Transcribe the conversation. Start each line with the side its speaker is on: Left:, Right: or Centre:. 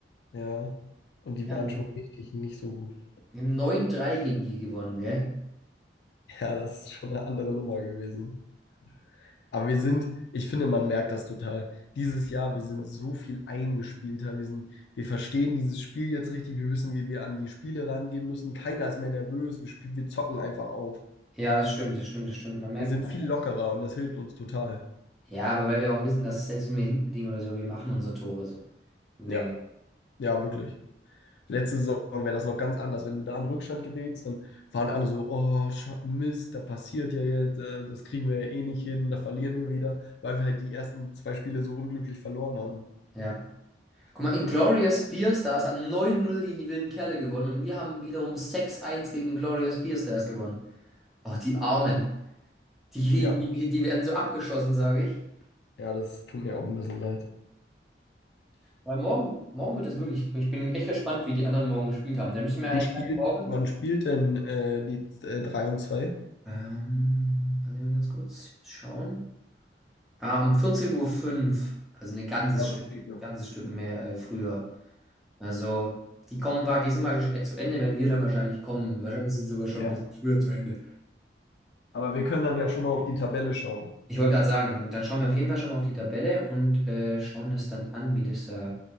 Left: Ja. Und
Centre: Wir
Left: die waren
Centre: haben,
Left: schon richtig nicht so gut.
Centre: wir haben 9-3 gegen die gewonnen, gell?
Left: Ja, das ist schon eine andere Nummer gewesen. Aber wir sind, ich finde, man merkt das total. Dieses Jahr, wir sind so viel eingespielter. Wir sind, wir verstehen dieses Spiel jetzt richtig. Wir wissen, wie wir an die Spiele rangehen müssen. Keiner ist mehr nervös. Wir spielen, wir zocken einfach auf.
Centre: Ja, das stimmt, das stimmt, das stimmt. Man merkt,
Left: Wir sind
Centre: man
Left: viel
Centre: merkt.
Left: lockerer und das hilft uns total.
Centre: Ja, aber weil wir auch wissen, dass selbst wenn wir hinten liegen oder so, wir machen unsere Tore so. und
Left: Ja,
Centre: Dinge.
Left: ja, wirklich. Letzte Saison wäre das noch ganz anders. Wenn du da in Rückstand gerätst, dann waren alle so, oh, Scha- Mist, da passiert ja jetzt, äh, das kriegen wir ja eh nicht hin, da verlieren wir wieder, weil wir halt die ersten zwei Spiele so unglücklich verloren haben.
Centre: Ja. Guck mal, Inglourious Basterds hat neun null gegen die wilden Kerle gewonnen und wir haben wiederum sechs eins gegen Inglourious Basterds gewonnen. Ach die Armen. Die, kriegen-
Left: Ja,
Centre: die, die werden so abgeschossen, sage ich.
Left: ja, das tut mir auch ein bisschen leid.
Centre: Weil morgen, morgen wird es wirklich, ich bin echt gespannt, wie die anderen morgen gespielt haben. Da müssen wir
Left: Wann
Centre: eigentlich
Left: spielt,
Centre: gleich morgen.
Left: wann spielt denn äh, die äh, 3 und zwei?
Centre: Ähm, warte mal ganz kurz, ich muss schauen. Ah, um 14.05 Uhr, fünf, also ein ganzes
Left: Ah,
Centre: Stück,
Left: das geht ja.
Centre: ganzes Stück mehr äh, früher. Also, die kommen praktisch, sind praktisch äh, zu Ende, wenn wir dann wahrscheinlich kommen. Wahrscheinlich sind sie sogar schon
Left: Ja.
Centre: ein bisschen früher zu Ende.
Left: Aber wir können dann ja schon mal auf die Tabelle schauen.
Centre: Ich wollte gerade sagen, dann schauen wir auf jeden Fall schon mal auf die Tabelle und äh, schauen das dann an, wie das da